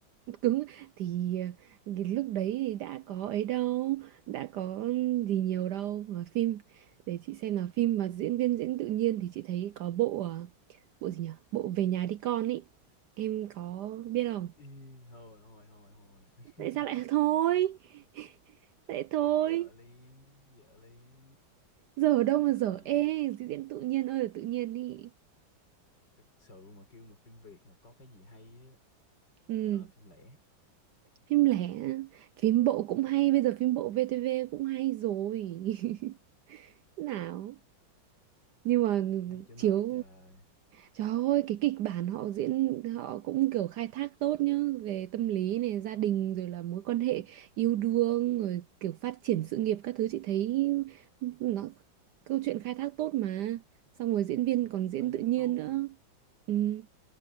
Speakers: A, on the right; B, on the left.
A: Cứng thì ờ, cái lúc đấy thì đã có ấy đâu, đã có gì nhiều đâu mà phim để chị xem là phim mà diễn viên diễn tự nhiên thì chị thấy có bộ à, bộ gì nhỉ? Bộ Về nhà đi con ấy. Em có biết không?
B: Ý, hồi hồi hồi hồi
A: Tại sao
B: <laughs>
A: lại thôi? <laughs> Vậy thôi.
B: dở liếm dở liếm
A: Giờ ở đâu mà
B: tại
A: giờ
B: vì
A: ê, diễn tự nhiên ơi là tự nhiên ý.
B: thực sự mà kêu mà phim Việt mà có cái gì hay á
A: Ừ,
B: thì nó là phim lẻ
A: phim lẻ, phim bộ cũng hay, bây giờ phim bộ VTV cũng hay rồi. <laughs> nào nhưng mà
B: hay chỗ nào
A: chiếu
B: trời
A: trời ơi cái kịch bản họ diễn họ cũng kiểu khai thác tốt nhá về tâm lý này gia đình rồi là mối quan hệ yêu đương rồi kiểu phát triển sự nghiệp các thứ chị thấy nó câu chuyện khai thác tốt mà xong rồi diễn viên còn diễn
B: khai
A: tự
B: thác
A: nhiên
B: tốt
A: nữa
B: hả
A: ừ.